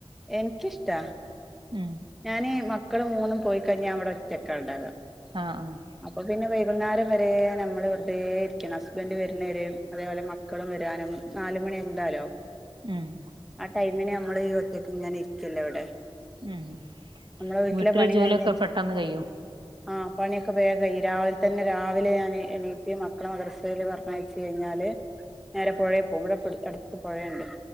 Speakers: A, in the centre; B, on the right.
A: എനിക്ക്ഷ്ടാ
B: ഉം
A: ഞാന് മക്കള് മൂന്നും പോയി കഴിഞ്ഞാ ഞാൻ ഇവിടെ ഒറ്റക്കാ ഉണ്ടാക
B: ആഹ് ആഹ്
A: അപ്പൊ പിന്നെ വൈകുന്നേരം വരെ നമ്മള് വെറുതെ ഇരിക്കണം ഹസ്ബൻഡ് വരുന്നവരെയും അതേപോലെ മ മക്കളും വരാനും നാലുമണി എന്തായാലും ആകും
B: ഉം
A: ആഹ് ടൈമിന് നമ്മള് ഈ ഒറ്റയ്ക്ക് ഇങ്ങനെ ഇരിക്കല്ല ഇവിടെ
B: ഉം
A: നമ്മളെ വീട്ടിലെ
B: വീട്ടല ജോലിയൊക്കെ
A: കഴിഞ്ഞ
B: പെട്ടെന്ന് കയിയോ
A: ആഹ് പണി വേഗം ഈ രാവിലെ തന്നെ രാവിലെ ഞാൻ എണീക്ക് മക്കളെ മദർസയില് പറഞ്ഞയച്ച കഴിഞ്ഞാല്. നേരെ പുഴെ പോകും ഇവിടെ അടുത്ത പുഴയുണ്ട്